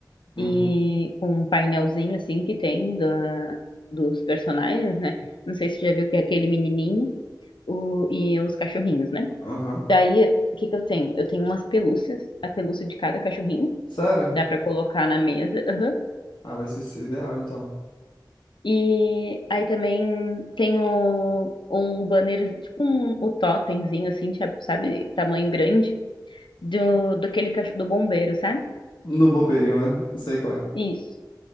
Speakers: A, on the left (about 70°); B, on the left (about 90°).
A: uhum,
B: e com um painelzinho, assim, que tem da, dos personagens, né? Não sei se tu já viu que é aquele menininho o, e os cachorrinhos, né?
A: aham.
B: Daí, o que que eu tenho? Eu tenho umas pelúcias, a pelúcia de cada cachorrinho,
A: Sério?
B: dá para colocar na mesa, aham.
A: Ah, vai ser esse ideal, então.
B: E aí também tem o, um banner, tipo um, o totemzinho, assim, tia- sabe, tamanho grande, do, daquele cachorro do bombeiro, sabe?
A: No bombeirinho, né? Não sei qual é.
B: Isso.